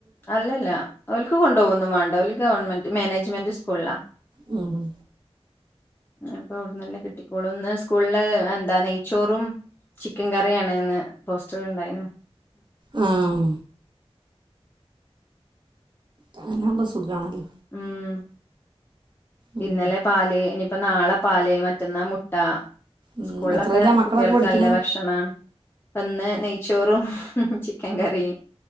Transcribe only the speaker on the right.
മ്മ്ഹ്.
ഉം അങ്ങനാവുമ്പോ സുഖാണല്ലോ
ഉം
ഉം
എത്രയിലാ
മക്കളൊക്കെ
പഠിക്കണേ